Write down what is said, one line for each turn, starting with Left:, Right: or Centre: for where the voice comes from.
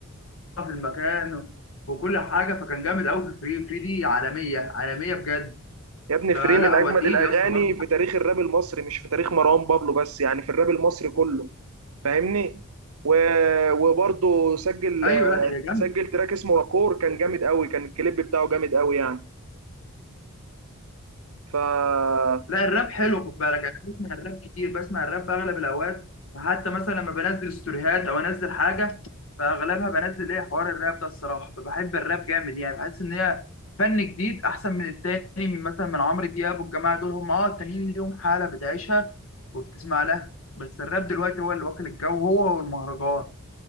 Left: في المكان وكل حاجه فكان جامد قوي في الفري فري دي عالميه عالميه بجد
Right: يا ابني
Left: فلا
Right: فري من أجمد
Left: هو تقيل
Right: الأغاني
Left: يا اسطى برضه
Right: في تاريخ الراب المصري مش في تاريخ مروان بابلو بس يعني في الراب المصري كله فاهمني و... وبرضه سجل
Left: ايوه لا هي جامده
Right: سجل تراك اسمه راكور كان جامد قوي كان الكليب بتاعه جامد قوي يعني فا
Left: لا الراب حلو خد بالك يعني انا بسمع الراب كتير بسمع الراب في اغلب الاوقات فحتى مثلا لما بنزل ستوريهات او انزل حاجه فاغلبها بنزل ايه حوار الراب ده الصراحه فبحب الراب جامد يعني بحس ان هي فن جديد احسن من التاني من مثلا من عمرو دياب والجماعه دول هم اه التانيين ليهم حاله بتعيشها وبتسمع لها بس الراب دلوقتي هو اللي واكل الجو هو والمهرجان